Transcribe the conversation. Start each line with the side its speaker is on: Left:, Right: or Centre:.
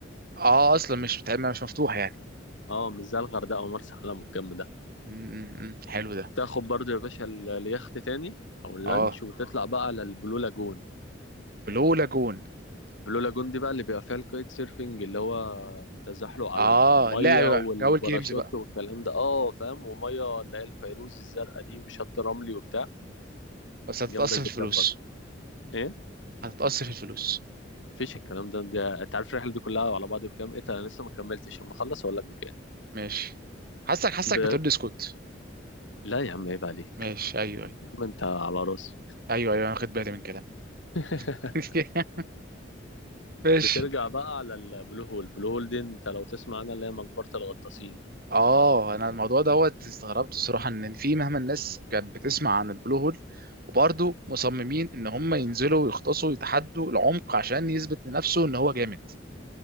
Right: اه اصلا مش بتاع- مش مفتوح يعني
Left: اه مش زي الغردقه ومرسى علم والجنب ده
Right: امم حلو ده
Left: تاخد برضو يا باشا ال- اليخت تاني او اللانش
Right: اه
Left: وتطلع بقى على البلو لاجون
Right: بلو لاجون
Left: البلو لاجون دي بقى اللي بيبقى فيها الكايت سيرفنج اللي هو تزحلق على
Right: اه
Left: المية
Right: لعب بقى
Left: والباراشوت
Right: جو الجيمز بقى
Left: والكلام ده اه فاهم ومية اللي هي الفيروزي الزرقاء دي وشط رملي وبتاع
Right: بس هتتقص
Left: جامدة جدا
Right: في الفلوس
Left: برضه ايه
Right: هتتقص في الفلوس
Left: مفيش الكلام ده ده انت عارف الرحلة دي كلها على بعض بكام ايه ده انا لسه ما كملتش اما اخلص اقول لك بكام
Right: ماشي حاسك حاسك
Left: ده
Right: بتقول لي اسكت
Left: لا يا عم عيب عليك
Right: ماشي ايوه ايوه
Left: يا عم انت على راسي
Right: ايوه ايوه انا واخد بالي من كلامك
Left: <laughs>
Right: <laughs> ماشي
Left: بترجع بقى على البلو هول البلو هول دي انت لو تسمع عنها اللي هي مقبرة الغطاسين
Right: اه انا الموضوع دوت استغربت الصراحه ان في مهما الناس كانت بتسمع عن البلو هول وبرضه مصممين ان هم ينزلوا ويغطسوا ويتحدوا العمق عشان يثبت لنفسه ان هو جامد